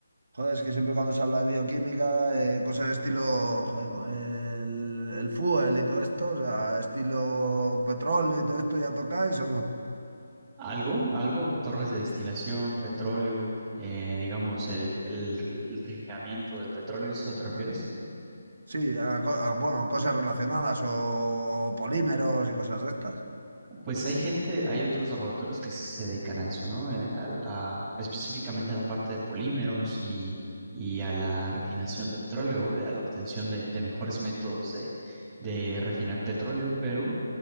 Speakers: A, on the right; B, on the right.
A: Joder, es que siempre cuando se habla de bioquímica, eh, cosas estilo, joder, como el, el fuel y todo esto, o sea, estilo petróleo y todo esto, ¿ya tocáis o no?
B: Algo, algo, torres de destilación, petróleo, eh, digamos, el, el, el refinamiento del petróleo, ¿eso te refieres?
A: Mm. Sí, a co- a, bueno, cosas relacionadas o polímeros y cosas de estas.
B: Pues hay gente, hay otros laboratorios que sí se dedican a eso, ¿no? Eh, A, a- específicamente a la parte de polímeros y, y a la refinación de petróleo, eh, a la obtención de, de mejores métodos de, de
A: Mm.
B: refinar petróleo, pero